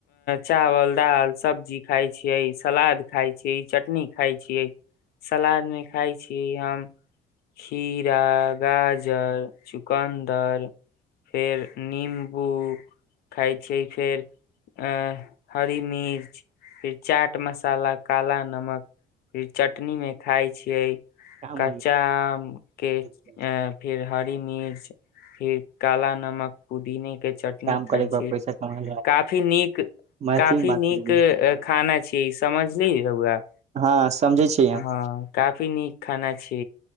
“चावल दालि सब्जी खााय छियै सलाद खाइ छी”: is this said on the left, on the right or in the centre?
Left